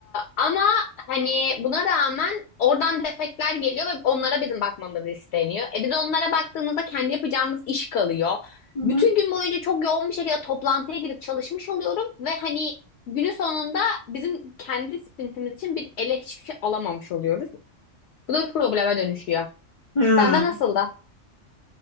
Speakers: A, on the left (about 65°); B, on the left (about 50°).
A: ama hani buna rağmen oradan defekler geliyor ve onlara bizim bakmamız isteniyor. E biz onlara baktığımızda kendi yapacağımız iş kalıyor.
B: Hı hı.
A: Bütün gün boyunca çok yoğun bir şekilde toplantıya girip çalışmış oluyorum ve hani günün sonunda bizim kendi sprintimiz için bir ele hiçbir şey alamamış oluyoruz. Bu da bir probleme dönüşüyor.
B: Hı.
A: Sende nasıl da?